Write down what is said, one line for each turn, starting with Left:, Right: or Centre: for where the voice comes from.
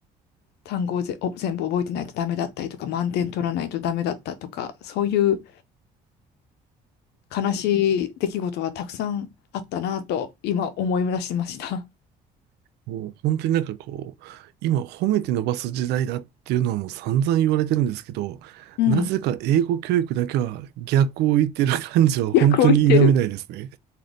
Left: 単語をぜお全部覚えてないとダメだったりとか満点取らないとダメだったとかそういう悲しい出来事はたくさんあったなと今思い出してました。
Right: もう本当になんかこう、今褒めて伸ばす時代だっていうのはもう散々言われてるんですけど、
Left: うん。
Right: なぜか英語教育だけは逆を言ってる感じは本当に否めないですね。
Left: 逆を言ってる。